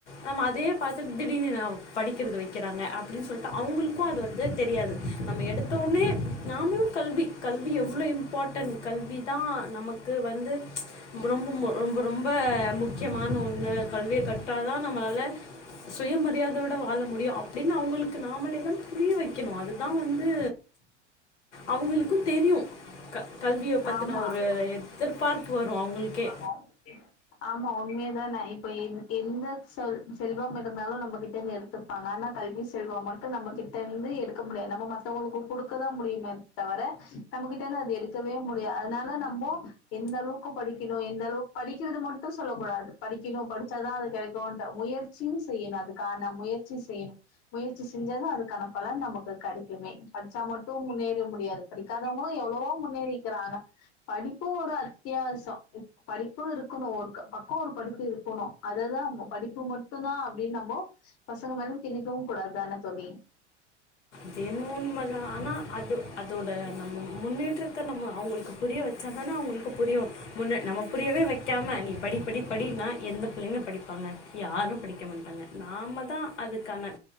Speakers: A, on the left (about 75°); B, on the left (about 40°).
A: நம்ம அதே பாத்துட் திடீர்ன்னு நா படிக்கறது வக்கிறாங்க அப்டின்னு சொல்ட்டு அவுங்களுக்கு அது வந்து தெரியாது நம்ம எடுத்த ஒன்னே நாம்ளு கல்வி கல்வி எவ்ளோ இம் பார்ட்டன்ட் கல்வி தா நமக்கு வந்து ப்ச் ரொம்ப ரொம்ப ரொம்ப முக்கியமான ஒண்ணு கல்விய கற்றா தா நம்மளால சுயமரியாதயோடு வாழ முடியு அப்டின்னு அவங்களுக்கு நாமளே தா புரிய வெக்கணு அதுதா வந்து அவங்களுக்கு தெரி க கல்விய பத்துன
B: ஆமா.
A: ஒரு எதிர்பார்ப்பு வரும் அவூங்ளுக்கே
B: அப்டி ஆமா உண்மையதானே இப்ப எந்த எந்த சொல் செல்வம் இருந்தாலு நம்மகிட்டந்து எடுத்து பாங்க ஆனா கல்வி செல்வம் மட்டும் நம்ம கிட்ட இருந்து எடுக்க முடியாது நம்ம மத்தவங்களுக்கு கொடுக்கதா முடியுமேத் தவர நம்ம கிட்டேந்து அத எடுக் கவே முடியாது அதனால நம்மோ எந்த அளவுக்கு படிக்கணு எந்த அளவுக்கு படிக்கிறது மட்டும் சொல்லக் கூடாது படிக்கணு படிச்சாதா அது கெடைக்கும்ன்டு முயற்சியு செய்யணு அதுக்கான முயற்சி செய்யணு முயற்சி செஞ்சாதா அதுக்கனா பலன் நமக்கு கெடைக்குமே படிச்சா மட்டும் முன்னேற முடியாது படிக்காதவங்களு எவ்ளவோ முன்னேறிக்கிறாங்க படிப்பு ஒரு அத்தியாவசோ படிப்பு இருக்கணு ஒருக் பக்கோ ஒரு படிப்பு இருக்கணு அததா படிப்பு மட்டும்தா அப்டின்னு நம்போ பசங்க மேல திணிக்கவு கூடாதுதான தோழி
A: து என்னவோ உண்மதா ஆனா அது அதோட நம்ம முன்னேற்றத்த நம்ம அவ்ங்ளுக்கு புரிய வெச்சா தானா அவ்ங்ளுக்கு புரியு முன்ன நம்ம புரியவே வெக்காம நீ படி படி படினா எந்த பிள்ளைங்க படி ப்பாங்க யாரு படிக்க மாட்டாங்க நாம தா அதுக்கான